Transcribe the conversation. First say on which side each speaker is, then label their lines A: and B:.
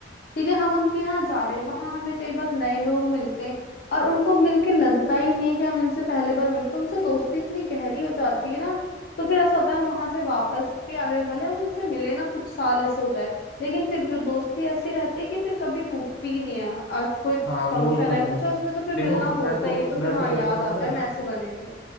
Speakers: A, on the left (about 55°); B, on the left (about 85°).
A: ठीक है हम उनके यहाँ जा रहे हैं वहां हमें कई बार नए लोग मिलते हैं और उनको मिलके लगता ही नहीं है कि हम इनसे पहले बार मिले तो उनसे दोस्ती इतनी गहरी हो जाती है ना तो फिर ऐसा होता है हम वहां से वापस भी आ गए भले हम उनसे मिले ना कुछ साल ऐसे हो जाए लेकिन फिर भी दोस्ती ऐसी रहती है कि फिर कभी टूटती ही नहीं है आज कोई
B: हाँ
A: फंक्शन
B: वो तो
A: है
B: है
A: कुछ है उसमें तो फिर मिलना
B: देखो मैं
A: होता
B: तो
A: ही है तो फिर
B: मैं तो
A: हाँ
B: कहता
A: याद
B: हूँ
A: आता
B: ना
A: है हम ऐसे बने थे